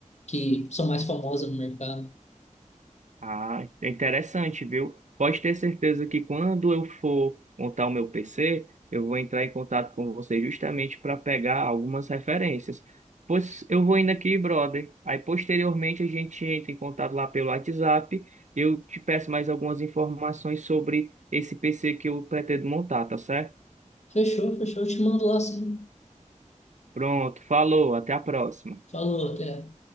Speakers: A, on the left; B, on the right.
A: que são mais famosas no mercado.
B: Ah, é interessante, viu? Pode ter certeza que quando eu for montar o meu PC, eu vou entrar em contato com você justamente para pegar algumas referências. Pois eu vou indo aqui, brother. Aí posteriormente a gente entra em contato lá pelo WhatsApp. Eu te peço mais algumas informações sobre esse PC que eu pretendo montar, tá certo?
A: Fechou, fechou, eu te mando lá sim.
B: Pronto, falou, até a próxima.
A: Falou, até.